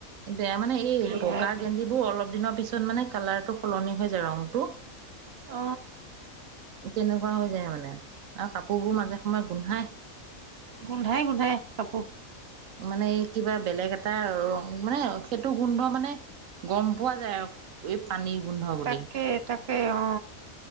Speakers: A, on the right; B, on the right.
A: বেয়া মানে এই
B: বিৰাট
A: বগা গেঞ্জিবোৰ অলপ দিনৰ পিছত মানে কালাৰটো সলনি হৈ যায় ৰংটো।
B: অ,
A: তেনেকুৱা হৈ যায় মানে, আৰু কাপোৰবোৰ মাজে সময়ে গোন্ধায়।
B: গোন্ধায়, গোন্ধায়, কাপোৰ
A: মানে কিবা বেলেগ এটা ৰং মানে, সেইটো গোন্ধ মানে গম পোৱা যায়। অ, এই পানী গোন্ধ। বুলি।
B: তাকে, তাকে অ,